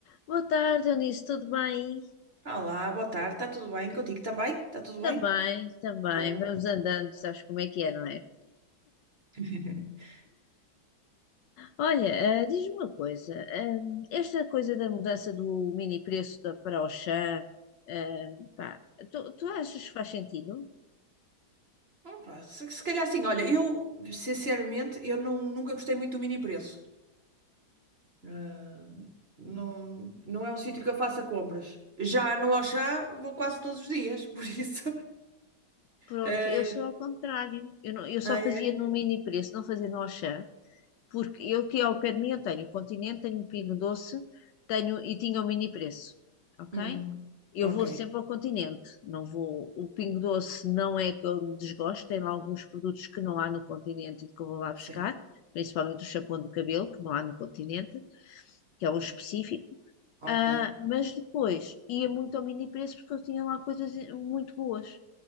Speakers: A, on the left; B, on the right.
A: Boa tarde, Eunice, tudo bem?
B: Olá, boa tarde, está tudo bem contigo também? Está tudo
A: Também,
B: bem?
A: também,
B: Boa.
A: vamos andando, sabes como é que é, não é?
B: <laughs>
A: Olha, ah, diz-me uma coisa, ah, esta coisa da mudança do mini preço da, para o chá, ehm, pá, tu, tu achas que faz sentido?
B: Hum, pá, se, se calhar assim, olha, eu sinceramente eu não- nunca gostei muito do mini preço. Ah, não, não é um sítio que eu faça compras. Já no Auchan vou quase todos os dias, por isso.
A: Pronto,
B: <laughs>
A: eu sou
B: eh,
A: ao contrário, eu, não- eu só
B: ah,
A: fazia
B: é?
A: no mini preço, não fazia no Auchan. porque eu aqui ao pé de mim eu tenho Continente, tenho Pingo Doce, tenho e tinha o Mini Preço, ok?
B: Uhum.
A: Eu
B: Ok,
A: vou sempre ao Continente, não vou. O Pingo Doce não é que eu desgosto, tem lá alguns produtos que não há no Continente e que eu vou lá buscar,
B: sim,
A: principalmente o shampoo do cabelo, que não há no Continente, que é um específico.
B: pois. Ok.
A: Ah, mas depois ia muito ao Mini Preço porque eu tinha lá coisas muito boas,